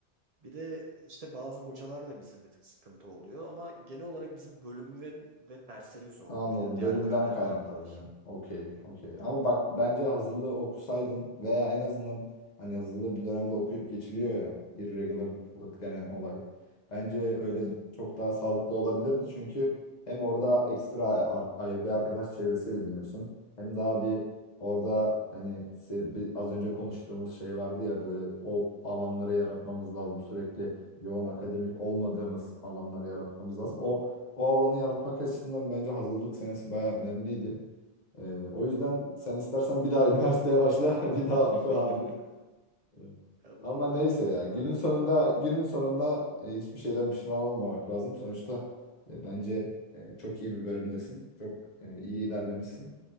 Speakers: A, on the right; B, on the left.
A: Bir de işte bazı hocalar da bizim bir tık sıkıntı oluyor ama genel olarak bizim bölümün ve, ve derslerin zorluğu
B: Anladım.
A: ya. Diğer
B: Bölümden
A: bölümler
B: kaynaklanıyor.
A: daha kolay.
B: Okey,
A: Hı hı.
B: okey. Ama bak bence hazırlığı okusaydın veya en azından hani hazırlığı bir dönemde okuyup geçiliyor ya irregularlık
A: Hı hı.
B: denen olay. Bence
A: Evet.
B: öyle çok daha sağlıklı olabilirdi çünkü hem orada ekstra ar- ayrı bir arkadaş çevresi de ediniyorsun. Hem daha bir orada hani se- bir- az önce konuştuğumuz şey vardı ya böyle o alanları yaratmamız lazım. Sürekli yoğun akademik olmadığımız alanları yaratmamız lazım. O o alanı yaratmak açısından bence hazırlık senesi bayağı önemliydi. Ee, o yüzden
A: Hı hı.
B: sen istersen bir daha üniversiteye başla, <laughs> bir
A: <laughs>
B: daha oku abi. Ee,
A: Ya bunun
B: ama neyse
A: altını
B: ya
A: etme
B: günün
A: var
B: sonunda
A: herhalde ya.
B: günün sonunda e, hiçbir şeyden pişman olmamak lazım. Sonuçta e, bence e, çok iyi bir bölümdesin. Çok e, iyi ilerlemişsin.